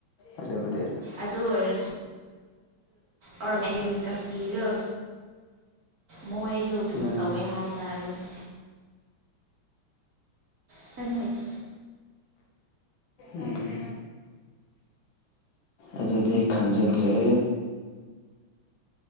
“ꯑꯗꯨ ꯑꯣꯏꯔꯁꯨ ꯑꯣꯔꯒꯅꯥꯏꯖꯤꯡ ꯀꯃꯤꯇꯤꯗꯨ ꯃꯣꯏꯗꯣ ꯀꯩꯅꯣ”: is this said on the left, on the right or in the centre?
Right